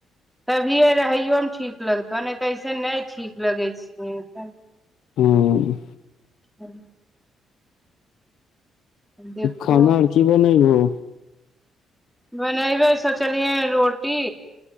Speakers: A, in the centre; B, on the left (about 80°).
A: तभियए रहइयो में ठीक लगतनि नै तऽ ऐसे नै ठीक लगै छै।
B: हूँ।
A: हूँ। देखो
B: खाना आर की बनैबहो?
A: बनइबे सोचलियैए रोटी